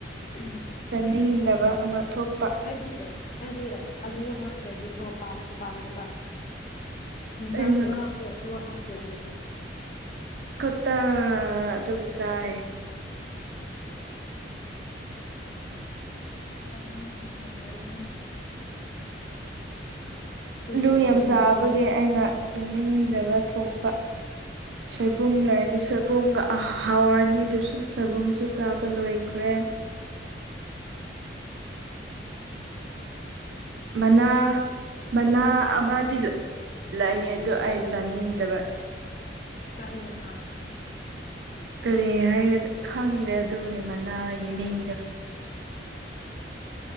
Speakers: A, on the left (about 40°); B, on the right (about 65°).
A: ꯎꯝ
B: ꯆꯥꯅꯤꯡꯗꯕ ꯑꯃ ꯊꯣꯛꯄ
A: ꯑꯩꯗꯤ ꯑꯩꯗꯤ ꯑꯂꯨ ꯍꯥꯞꯇ꯭ꯔꯗꯤꯀꯣ ꯄꯥꯝꯁꯨ ꯄꯥꯝꯗꯕ ꯏꯟꯁꯥꯡꯁꯨ
B: ꯑꯩꯅ
A: ꯍꯥꯞꯇꯦ ꯑꯗꯨ ꯍꯥꯞꯇ꯭ꯔꯥꯗꯤ
B: ꯇꯥ ꯑꯗꯨꯝ ꯆꯥꯏ
A: ꯑꯗꯨꯗꯤ ꯐꯦꯕꯔꯥꯏꯠꯅꯦ
B: ꯂꯨ
A: ꯍꯤꯡꯕ
B: ꯌꯥꯝ
A: ꯉꯝꯗꯦ
B: ꯆꯥꯕꯒꯤ ꯑꯩꯅ ꯆꯥꯅꯤꯡꯗꯕ ꯊꯣꯛ ꯁꯣꯏꯕꯨꯝ ꯂꯩꯔꯗꯤ ꯁꯣꯏꯕꯨꯝꯒ ꯑꯍꯥꯎꯔꯅꯤ ꯑꯗꯨꯁꯨ ꯁꯣꯏꯕꯨꯝꯁꯨ ꯆꯥꯕ ꯂꯣꯏꯈ꯭ꯔꯦ ꯃꯅꯥ ꯃꯅꯥ ꯑꯃꯗꯤ ꯂꯩꯌꯦ ꯑꯗꯨ ꯑꯩ ꯆꯥꯅꯤꯡꯗꯕ
A: ꯀꯩ ꯃꯅꯥ
B: ꯀꯔꯤ ꯍꯥꯏꯒ ꯈꯪꯗꯦ ꯑꯗꯨꯒꯤ ꯃꯅꯥꯒꯤ ꯃꯤꯡꯗꯣ